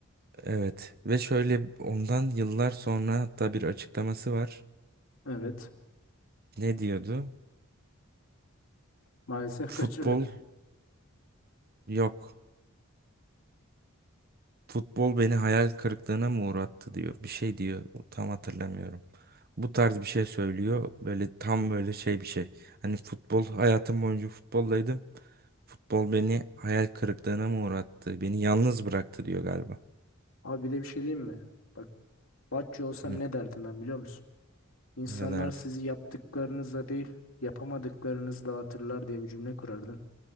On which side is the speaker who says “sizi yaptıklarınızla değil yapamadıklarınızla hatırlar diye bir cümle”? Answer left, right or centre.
Left